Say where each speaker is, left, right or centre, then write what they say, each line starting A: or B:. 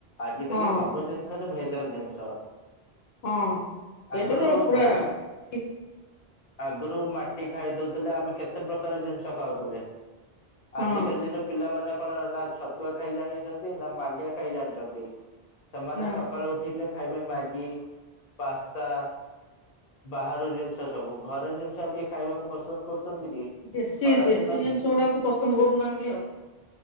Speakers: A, on the left; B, on the left.
A: ଆଜ
B: ହଁ
A: କାଲି ସବୁ ଜିନିଷରେ ଭେଜାଲ ଜିନିଷ।
B: ହଁ ସେଇଟା
A: ଆଗରୁ
B: ତ ପୁରା ଠିକ
A: ଆଗରୁ ମାଟି ଖାଇ ଦଉଥିଲେ ଆମେ କେତେ ପ୍ରକାର ଜିନିଷ ଖାଉଥିଲେ।
B: ହଁ
A: ଆଜିକାଲିର ପିଲାମାନେ କଣ ନା ଛତୁଆ ଖାଇ ଜାଣିଛନ୍ତି ନା ମାଣ୍ଡିଆ ଖାଇ ଜାଣିଛନ୍ତି। ସେମାନେ
B: ନା
A: ସକାଳୁ ଉଠିଲେ ଖାଇବେ ମ୍ୟାଗି ପାସ୍ତା। ବାହାର ଜିନିଷ ସବୁ। ଘରେ ଜିନିଷ ଆଉ କିଏ ଖାଇବାକୁ ପସନ୍ଦ କରୁଛନ୍ତି କି?
B: ଦେଶୀ
A: ଖରା
B: ଦେଶୀ
A: ଦିନ
B: ଜିନିଷ ଗୁଡାକୁ ପସନ୍ଦ କରୁନାହାନ୍ତି ଆଉ।